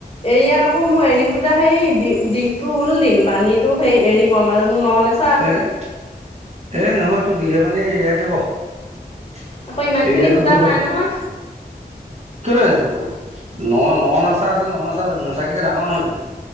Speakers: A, on the left (about 35°); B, on the right (about 40°).
A: এৰিয়া কাপোৰ মোৰ এৰি সূতা সেই, দি- দীঘটো ওল দিম বানীতো সেই এৰি বম আৰু মোৰ ন, নচা
B: এই, এই, নহয় তোৰ দীঘে বানীয়ে এৰিয়াকে ব এৰিয়াতো
A: আকৌ ইমান খিনি সূতা
B: বহুত
A: নাই
B: ভাল।
A: নহয়
B: কেলে নাটিব ন, নচা আছে ন, নচা নাচাকেইটা ডাঙৰ নহয় জানো।